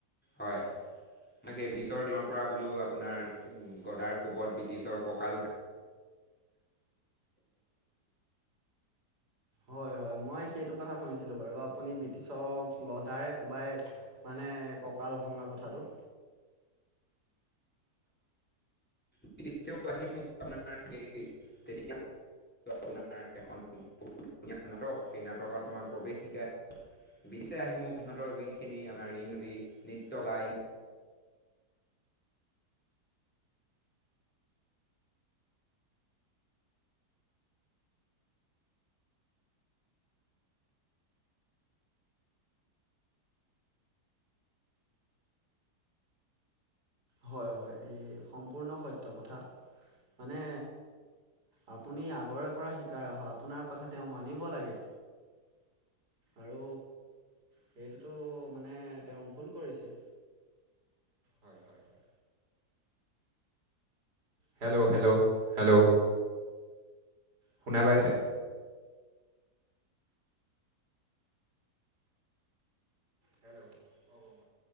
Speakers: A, in the centre; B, on the right.
A: হয়। সেই বিশৰ দিনৰ পৰা বোলো আপোনাৰ উম গদাৰ কোবত ব্ৰিটিছৰ ককাল ভা
B: হয় হয় মই সেইটো কথা শুনিছিলোঁ বাৰু আপুনি ব্ৰিটিছক গডাৰে কোবাই মানে ককাল ভঙা কথাাতটো।
A: <unintelligible> আপোনাৰ এখন বহুত ধুনীয়া নাটক সেই নাটকত মই প্ৰৱেশ শিকাই ব্ৰিটিছে আহি মোক সিহঁতৰ যোনখিনি আাৰ ইংৰাজী নিত্যলাইঙ
B: হয় হয় এই সম্পূৰ্ণ সত্য কথা। মানে আপুনি আগৰে পৰা শিকাই অহা আপোনাৰ কথা তেওঁ মানিব লাগে। আৰু সেইটোতো মানে তেওঁ ভুল কৰিছে। হয় হয় হেল্ল' হেল্ল' হেল্ল' শুনা পাইছে? হেল্লো হ'ব,